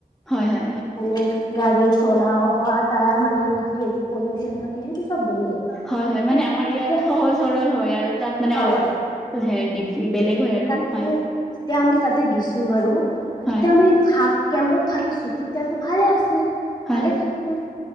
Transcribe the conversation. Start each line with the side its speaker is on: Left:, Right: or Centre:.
Centre: হয় হয়।
Left: মানে গাড়ী চলাও অ হয় তাৰ মানে যিহেতু পলিউচন থাকে সেইটো চব বেলেগ।
Centre: হয় হয়
Left: সেই
Centre: মানে আমাৰ
Left: যেতিয়া
Centre: ইয়াত সহজ সৰল হয় আৰু তাত মানে
Left: হয়
Centre: অলপ
Left: হয়
Centre: হে দিফ- বেলেগ হয়
Left: মানে
Centre: আৰু
Left: তাতেতো
Centre: হয়।
Left: যেতিয়া আমি তাতে গিছো বাৰু
Centre: হয়,
Left: যেতিয়া আমি থাক কেম্পত থাকিছো তেতিয়াটো ভালে আছিল
Centre: হয়,
Left: ভালে থাকিছিল।